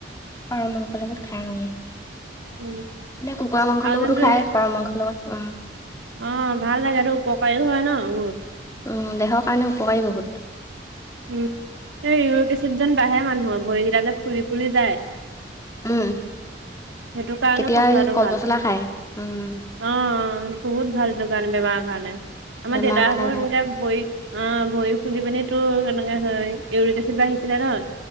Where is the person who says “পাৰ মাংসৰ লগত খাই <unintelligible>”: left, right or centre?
Left